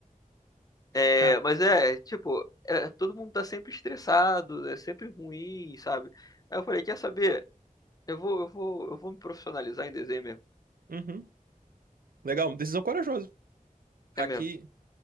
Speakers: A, on the left; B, on the right.
A: É,
B: Ca-
A: mas é, tipo, é, todo mundo tá sempre estressado, é sempre ruim, sabe? Aí eu falei, quer saber? Eu vou, eu vou, eu vou me profissionalizar em desenho mesmo.
B: Uhum. Legal, decisão corajosa. Aqui,
A: É mesmo.